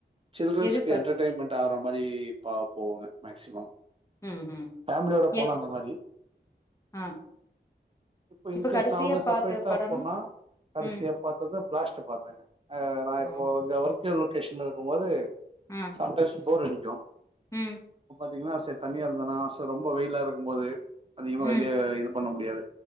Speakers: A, on the right; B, on the left.
A: சில்டரன்ஸ்க்கு
B: எது பாத்
A: என்டர்டைமண்ட் ஆற மாரி பா போவோங்க மேக்ஸிமம்
B: ம் ம்
A: ஃபேமிலியோட போனா
B: ஏ
A: அந்த மாரி
B: ஆ
A: இப்ப இ்ன்கேஸ்
B: கடைசியா
A: நா வந்து
B: பாத்த
A: செப்ரேட்டா
B: படம்னா
A: போனா கடசியா
B: ம்
A: பாத் இப்பதா ப்ளாஸ்ட் பாத்தங்க நா இப்போ
B: ஓ
A: இங்க ஒர்க் <unintelligible> லொகேஷன்ல இருக்கும்போது
B: ஆ
A: சம்டைம்ஸ் போர் அடி
B: ம்
A: த்தீங்கனா செர் தனியா இருந்தனா சோ ரொம்ப வெயிலாருக்கும் போது அதிகமா
B: ம்
A: வெளிய இது பண்ண முடியாது